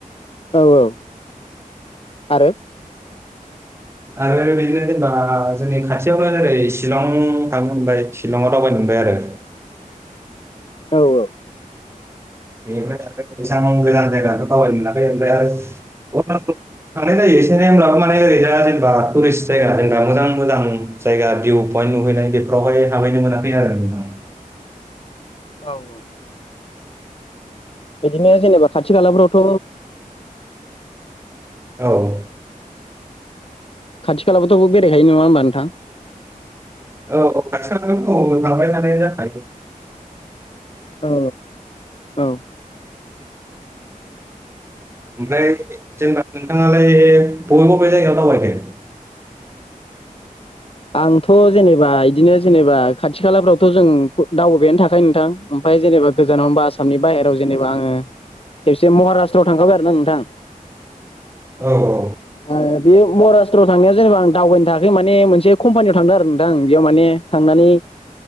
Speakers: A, on the left (about 40°); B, on the right (about 15°).
A: औ औ आरो
B: आरो बिदिनो जेनेबा जोंनि खाथियावनो ओरै शिलं थांनो मोनबाय शिलंआव दावबायनो मोनबाय आरो।
A: औ औ।
B: बेनिफ्राय आरो एसां गोजान जायगाथ' दावबायनो मोनाखै ओमफ्राय आरो अरुणचल थांनाय जायो एसे होनोमब्लाबो माने ओरैजा जेनेबा टुरिस्ट जायगा जेनबा मोजां मोजां जायगा भिउ पइन्ट नुहैनाय बेफोरावहाय हाबहैनो मोनाखै आरो नोंथां
A: औ औ। बिदिनो जेनेबा खाथि खालाफ्रावथ'
B: औ‌।
A: खाथि खालाबोथ' बेरायखायो नङा होमबा नोंथां
B: औ औ खाथिलाफोरखौ थांबाय थानाय जाखायो।
A: औ औ।
B: ओमफ्राय जेनेबा नोंथाङालाय बबे बबे जायगायाव दावबायखो?
A: आंथ' जेनेबा बिदिनो जेनेबा खाथि खालाफ्रावथ' जों दावबायानो थाखायो नोंथां। ओमफ्राय जेनेबा गोजानाव होनबा आसामनि बाहेर जेनेबा आं खेबसे महाराष्ट्रआव थांखाबाय आरो ना नोंथां।
B: औ औ।
A: ओ बे महाराष्ट्रआव थांनायाव जेनेबा आं दावबायनो थाखै माने मोनसे कम्पानियाव थांदों आरो नोंथां आं बेयाव माने थांनानै